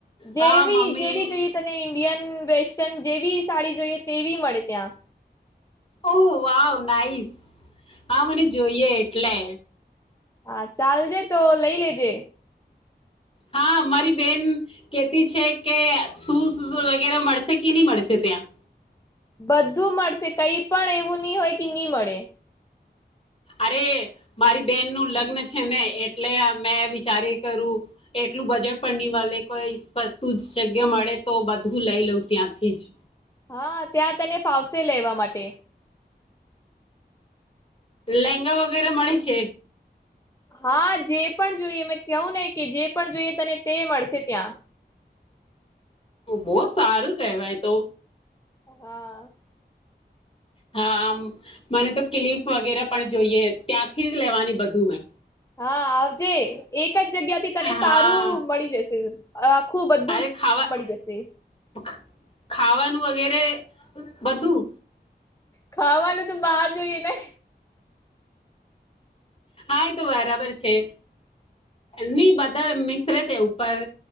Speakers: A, on the left; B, on the left.
A: જેવી
B: હા મમ્મી
A: જેવી જોઈએ તને ઈ ન્ડિયન વેસ્ટન જેવી સાડી જોઈએ તેવી મળે ત્યાં.
B: Oh, wow nice. હા, મને જોઈએ. ટલે
A: હા, ચાલજે તો લઈ લેજે.
B: હા, મારી બેન કેતી છે કે શૂઝ વગેરા મળશે કે ની મળશે ત્યાં?
A: બધું મળશે કઈ પણ એવું ની હોય કે ની મળે.
B: અરે, મારી બેહેનનું લગ્ન છે ને એટલે મેં વિચારયા કરું એટલું બજટ પણ ની મળે કોઈ સસ્તું જગ્યા મળે તો બધું લઈ લઉ ત્યાંથી જ.
A: હા, ત્યાં તને ફાવશે લેવા માટે.
B: લહેંગા વગેરે મળે છે?
A: હા, જે પણ જોઈએ મે કવું ને કે જે પણ જોઈએ તને તે મળશે ત્યાં.
B: બો સારું કહેવાય તો.
A: હા.
B: હા, આમ મને તો ક્લીપ વગેરા પણ જોઈએ ત્યાંથી જ લેવાની બધું મેં
A: હા, આવજે એ ક જગ્યા થી તને
B: હા
A: સારું મળી જશે. આખું બધું
B: અરે, ખાવા
A: મળી જશે.
B: ખ ખાવાનું વગેરે બધું?
A: ખાવાનું તો બહાર જોઈએ ને?
B: હા, એ તો બરાબર છે ની બધા મિક્સ રેશે ઉપર